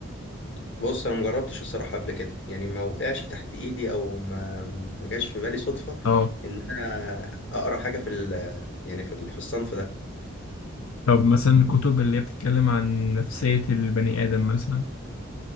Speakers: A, on the left; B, on the left.
A: بص انا مجربتش الصراحه قبل كده يعني ما وقعش تحت ايدي او ما ما جاش في بالي صدفه
B: اه
A: ان انا اقرا حاجه في ال يعني في ال- في الصنف ده
B: طب مثلا الكتب اللي هي بتتكلم عن نفسية البني آدم مثلا